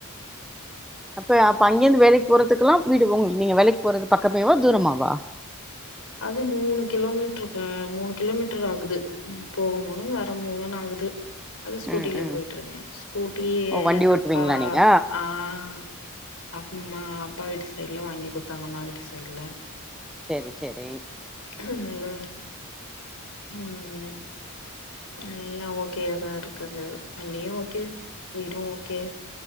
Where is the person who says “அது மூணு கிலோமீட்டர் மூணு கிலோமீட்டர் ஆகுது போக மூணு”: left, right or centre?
Left